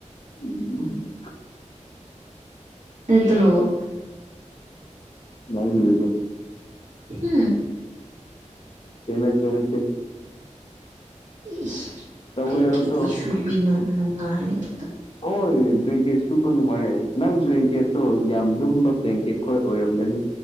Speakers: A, on the left (about 45°); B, on the right (about 75°).
A: <unintelligible>
B: ꯅꯠꯇ꯭ꯔꯣ
A: ꯅꯪꯒꯤꯗꫭ
B: ꯍꯨ
A: <unintelligible>
B: ꯏꯁ
A: ꯇꯋꯦꯜꯗꯣ
B: ꯕ꯭ꯂꯦꯡꯒꯦꯠꯇꯤ ꯁꯨꯕꯤꯅꯣ ꯅꯨꯡꯉꯥꯏꯔꯦ
A: ꯍꫭꯏ ꯕ꯭ꯂꯦꯡꯀꯦꯠ ꯁꯨꯕ ꯅꯨꯡꯉꯥꯏ ꯅꯪ ꯕ꯭ꯂꯦꯡꯀꯦꯠꯇꯣ ꯌꯥꯝꯅ ꯂꯨꯝꯕ ꯕ꯭ꯂꯦꯡꯀꯦꯠ ꯈꯣꯏ ꯑꯣꯏꯔꯝꯒꯅꯤ